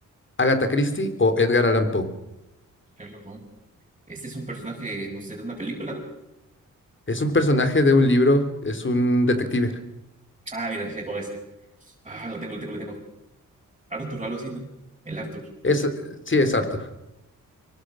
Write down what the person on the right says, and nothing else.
Sherlock Holmes. Este es un personaje, no sé, de una película, ¿no?
Ah, mira, ya con esa. Ah, lo tengo, lo tengo, lo tengo. Arthur, algo así, ¿no? El Arthur.